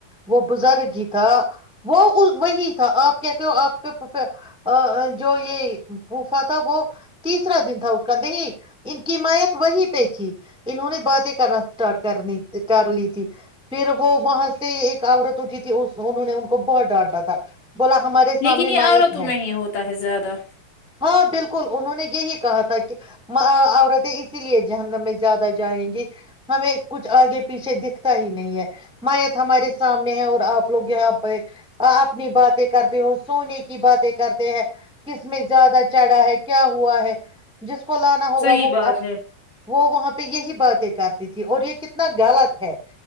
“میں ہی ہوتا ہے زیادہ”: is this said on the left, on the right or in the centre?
Left